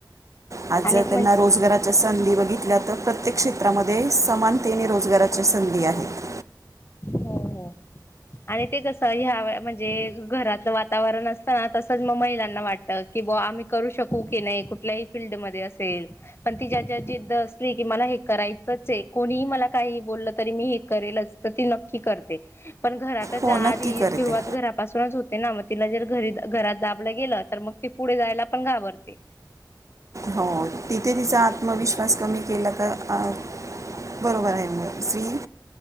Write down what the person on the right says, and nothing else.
आज
जर
त्यांना रोजगाराच्या संधी बघितल्या तर प्र्य प्रत्येक क्षेत्रामध्ये समानतेने रोजगाराच्या संधी आहेत
हो
नक्की करते
हो तिथे तिचा आत्मविश्वास कमी केला का अ.. बरोबर आहे म्हणलं स्त्री